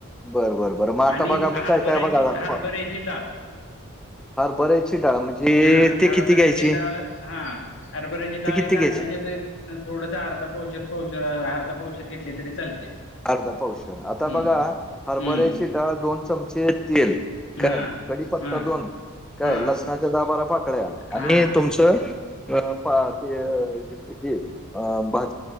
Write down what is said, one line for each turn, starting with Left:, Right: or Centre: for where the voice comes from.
Centre: बरं बरं बरं मग आता
Left: आणि
Centre: बघा मी
Left: हरभऱ्याची
Centre: काय काय बघा
Left: हरभऱेची
Centre: फ-
Left: डाळ.
Centre: हरभऱ्याची डाळ म्हणजे
Left: हा
Centre: ते
Left: हरभरीची
Centre: किती घ्यायची?
Left: डाळ हा हरभऱ्याची डाळ
Centre: ते किती
Left: एक अंदाजे
Centre: घ्यायची?
Left: थोडस अर्धा पावशर प अर्धा पावशर घेतली तरी चालते.
Centre: अर्धा-पावशेर
Left: हम्म
Centre: आता बघा हरभऱ्याची
Left: हम्म
Centre: डाळ दोन चमचे तेल
Left: हा
Centre: काय कडीीपत्ता
Left: हा
Centre: दोन काय
Left: हा
Centre: लसणाच्या दहा बारा पाकळ्या
Left: हा
Centre: आणि तुमच ते अं, अ बा.